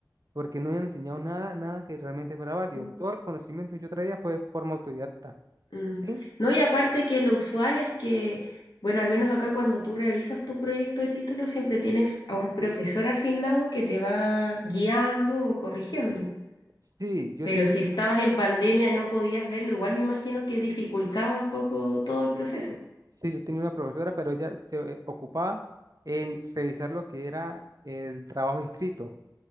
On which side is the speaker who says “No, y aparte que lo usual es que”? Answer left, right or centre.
Left